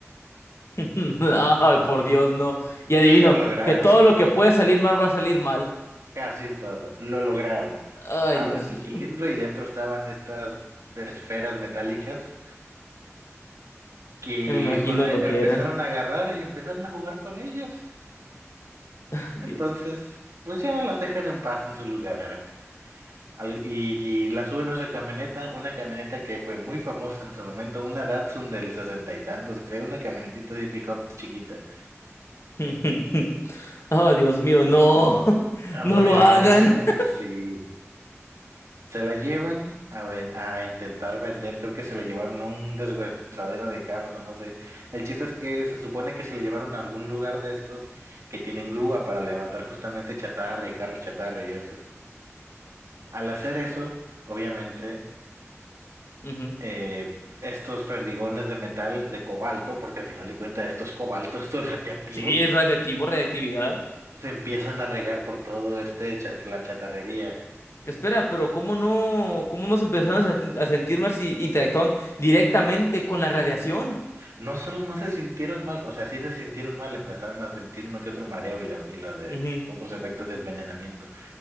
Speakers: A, on the left; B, on the right.
A: <laughs> Ay, por Dios, no. Y adivino,
B: Y lo lograron.
A: que todo lo que puede salir mal va a salir mal.
B: Casi todo. Lo lograron.
A: Ay,
B: Abren
A: Dios
B: el
A: mío.
B: cilindro y dentro estaban estas esferas metálicas que
A: Me imagino
B: con-
A: lo
B: e,
A: que
B: empezaron
A: eran.
B: a agarrar y empezaron a jugar con ellas.
A: Ay, Dios.
B: Entonces, pues ya las dejan en paz en su lugar. Al- y, y las suben a esa camioneta, una camioneta que fue muy famosa en su momento, una Datsun del sesenta y tantos, creo, una camionetita de pick-up chiquita.
A: <laughs> Oh, Dios mío, no, <laughs>
B: Oh,
A: no lo
B: Dios
A: hagan.
B: mío, sí. Se la llevan a, ve- a intentar vender, creo que se la llevaron a un deshuesadero de carros o no sé. El chiste es que se supone que se la llevaron a algún lugar de estos que tienen grúa para levantar justamente chatarra y carros chatarra y eso. Al hacer eso, obviamente,
A: Ujú.
B: eh, estos perdigones de metal, de cobalto, porque al final de cuentas esto es cobalto, <laughs> esto es radiactivo,
A: Sí, es radiactivo, radiactividad.
B: se empiezan a regar por todo este, cha- la chatarrería.
A: Espera, pero ¿cómo no, cómo nos empezamos a, a sentir más si interactuaban directamente con la radiación?
B: No solo no se sintieron mal, o sea, sí se sintieron mal, empezaron a sentir uno que otro mareo y, la- y lo de
A: Ujú.
B: otros
A: <laughs>
B: efectos de envenenamiento.